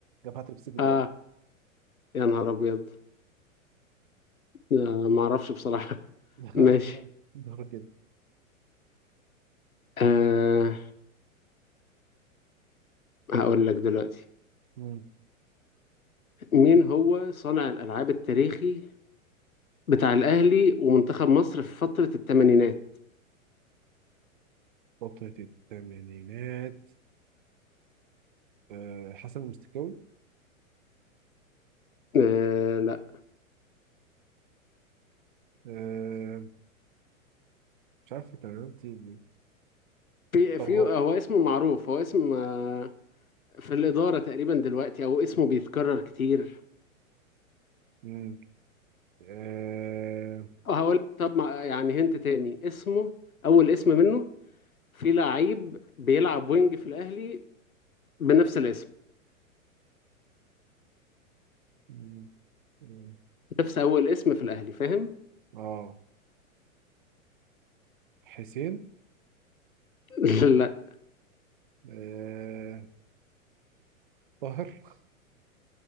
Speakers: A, on the right; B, on the left.
A: جاب هاتريك في ست دقايق
B: آه يا نهار أبيض آه ما أعرفش بصراحة <laughs>
A: <laughs>
B: ماشي
A: يلا دورك كده
B: آه هقول لك دلوقتي
A: مم.
B: مين هو صانع الألعاب التاريخي بتاع الأهلي ومنتخب مصر في فترة الثمانينات؟
A: فترة الثمانينات آه، حسن المستكاوي
B: آه لا
A: آه، مش عارف تمرينتي دي
B: في
A: طب
B: في
A: هو
B: هو اسمه معروف هو اسم آه، في الإدارة تقريبا دلوقتي أو اسمه بيتكرر كتير
A: مم، آه،
B: أو هقول طب ما يعني هنت تاني اسمه أول اسم منه في لعيب بيلعب وينج في الأهلي بنفس الاسم
A: مم، مم،
B: نفس أول اسم في الأهلي فاهم؟
A: آه، حسين
B: <laughs> لا
A: آه، طاهر